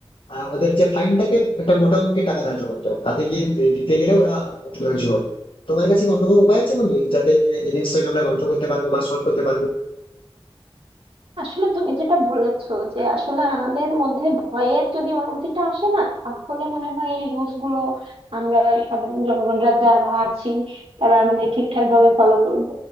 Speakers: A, on the left (about 60°); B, on the right (about 75°).
A: আহ, ওদের যে ফাইনটাকে একটা মোটা অঙ্কের টাকা ধার্য করতে হবে তাতে গিয়ে দিতে গেলে ওরা একটু ধৈর্য হবে তোমার কাছে কি অন্য কোনো উপায় আছে বন্ধু যাতে এই জিনিসটাকে আমরা কন্ট্রোল করতে পারবো বা সলভ করতে পারবো
B: আসলে তুমি যেটা বলেছো যে আসলে আমাদের মধ্যে ভয়ের যদি অনুভূতিটা আসে না তাহলে মনে হয় এই রুলস গুলো আমরা সাধারণ জনগণরা যারা আছি তারা মানে ঠিকঠাক ভাবে ফলো করব